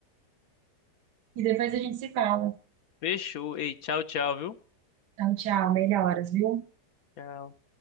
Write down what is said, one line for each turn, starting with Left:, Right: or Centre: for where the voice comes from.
Right: E depois a gente se fala.
Left: Fechou. Ei, tchau, tchau, viu?
Right: Então, tchau, melhoras, viu?
Left: Tchau.